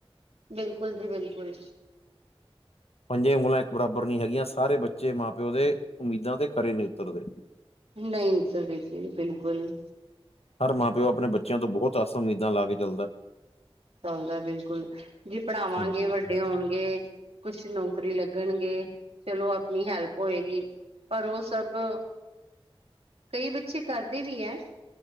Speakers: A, on the right; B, on the left.
A: ਬਿਲਕੁਲ ਜੀ ਬਿਲਕੁਲ
B: ਪੰਜੇ ਉਂਗਲਾਂ ਇੱਕ ਬਰਾਬਰ ਨੀ ਹੈਗੀਆਂ ਸਾਰੇ ਬੱਚੇ ਮਾਂ-ਪਿਓ ਦੇ ਉਮੀਦਾਂ ਤੇ ਖਰੇ ਨਈ ਉਤਰਦੇ।
A: ਨਹੀਂ ਉਤਰਦੇ ਜੀ ਬਿਲਕੁਲ
B: ਹਰ ਮਾਂ-ਪਿਓ ਆਪਣੇ ਬੱਚਿਆਂ ਤੋਂ ਬੋਤ ਆਸਾਂ ਉਮੀਦਾਂ ਲਾ ਕੇ ਚੱਲਦਾ।
A: ਚਲਦਾ ਬਿਲਕੁਲ ਜੇ ਪੜ੍ਹਾਵਾਂਗੇ
B: ਹਾਂਜੀ
A: ਵੱ ਡੇ ਹੋਣਗੇ ਕੁਛ ਨੌਕਰੀ ਲੱਗਣਗੇ ਚਲੋ ਆਪਣੀ ਹੈਲਪ ਹੋਏਗੀ। ਪਰ ਓ ਸਭ ਕਈ ਬੱਚੇ ਕਰਦੇ ਵੀ ਐ।